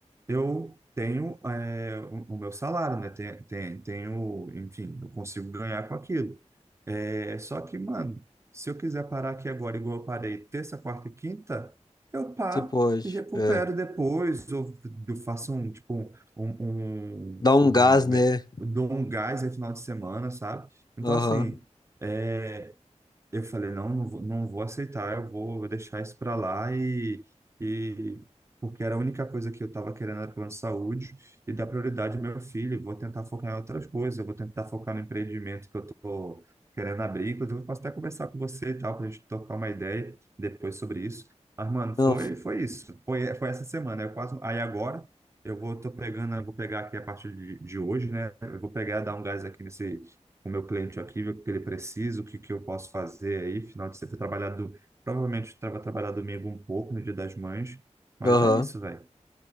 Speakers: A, on the right; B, on the left.
A: eu tenho é, o, o meu salário, né? Tem- tem- Tenho, enfim, eu consigo ganhar com aquilo. É, só que, mano, se eu quiser parar aqui agora, igual eu parei terça, quarta e quinta, eu paro
B: Você pode.
A: e recupero
B: É.
A: depois, ou eu faço um, tipo, um, um, um,
B: Dá um
A: um-
B: gás, né?
A: dou um gás aí final de semana, sabe? Então,
B: Aham.
A: assim. eh, eu falei, não, não vou, não vou aceitar, eu vou, deixar isso para lá e, e porque era a única coisa que eu estava querendo era plano de saúde e dar prioridade ao meu filho, vou tentar focar em outras coisas, eu vou tentar focar no empreendimento que eu estou querendo abrir, inclusive eu posso até conversar com você e tal, para a gente tocar uma ideia depois sobre isso. Mas, mano, foi,
B: Não.
A: foi isso, foi, foi essa semana, eu quase, aí agora eu vou, tô pegando, eu vou pegar aqui a partir de, de hoje, né, eu vou pegar, dar um gás aqui nesse o meu cliente aqui, ver o que ele precisa, o que, que eu posso fazer aí, final de semana, trabalhado, provavelmente tra- vou trabalhar domingo um pouco, no Dia das Mães, mas
B: Aham.
A: é isso, velho.